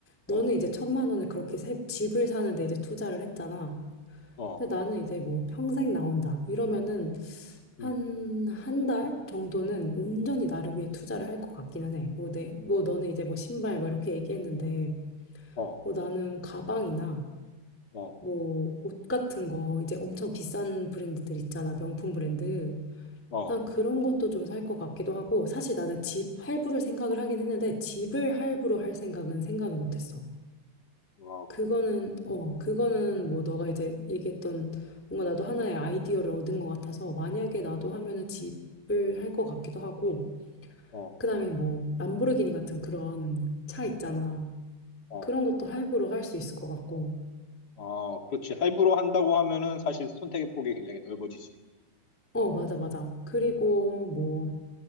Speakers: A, on the left; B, in the centre.
A: 어,
B: 너는 이제 천만 원을 그렇게 세- 집을 사는데 이제 투자를 했잖아.
A: 어,
B: 근데 나는 이제 뭐 평생 나온다 이러면은 한
A: 음,
B: 한 달 정도는 온전히 나를
A: 어,
B: 위해 투자를 할 것 같기는 해. 뭐 내, 뭐 너는 이제 뭐 신발 뭐 이렇게 얘기했는데
A: 어,
B: 뭐 나는 가방이나
A: 어,
B: 뭐 옷 같은 거 이제 엄청 비싼 브랜드들 있잖아. 명품 브랜드.
A: 어,
B: 난 그런 것도 좀 살 것 같기도 하고 사실 나는 집 할부를 생각을 하긴 했는데 집을 할부로 할 생각은 생각을 못했어.
A: 아,
B: 그거는,
A: 그래?
B: 어, 그거는 뭐 너가 이제 얘기했던 뭔가 나도 하나의 아이디어를 얻은 것 같아서 만약에 나도 하면은 집을 할 것 같기도 하고,
A: 어.
B: 그다음에 뭐 람보르기니 같은 그런 차 있잖아.
A: 어, 어,
B: 그런 것도 할부로 할 수 있을 것 같고.
A: 어, 그렇지. 할부로 한다고 하면은 사실 선택의 폭이 굉장히 넓어지지.
B: 어, 맞아, 맞아. 그리고 뭐